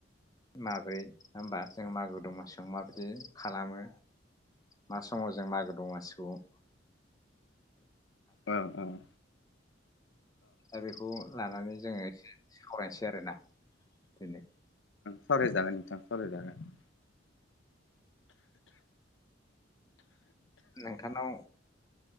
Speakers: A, on the left; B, on the left.
A: माब्रै होमबा जों मागो दमासि माबायदि खालामो मा समाव ज जों मागो दमासिखौ <inaudible>
B: ओं ओं
A: दा बेखौ लानानै जोङो <inaudible> सावरायनोसै आरोना दिनै।
B: सावराय जागोन नोंथां सावराय जागोन।
A: नोंथांनाव